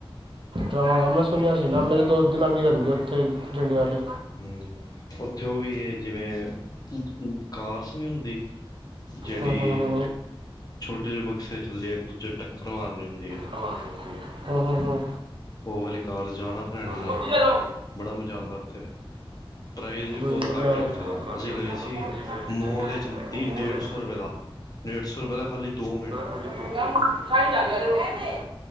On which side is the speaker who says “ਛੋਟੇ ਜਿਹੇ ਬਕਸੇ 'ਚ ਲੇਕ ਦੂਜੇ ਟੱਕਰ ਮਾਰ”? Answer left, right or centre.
Left